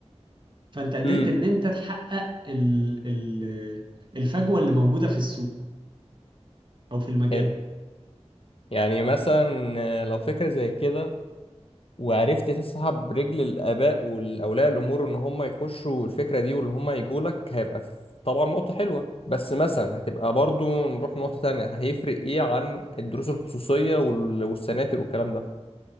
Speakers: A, on the right; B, on the left.
A: فانت قدرت
B: امم
A: ان انت تحقق ال ال الفجوه اللي موجوده في السوق او في المجال
B: حلو يعني مثلا آه، لو فكرة زي كده وعرفت تسحب رجل الآباء والأولياء الأمور إن هم يخشوا الفكرة دي واللي هم يجوا لك هيبقى في- طبعا نقطة حلوة بس مثلا هتبقى برضو نروح نقطة تانية هيفرق إيه عن الدروس الخصوصية وال- والسناتر والكلام ده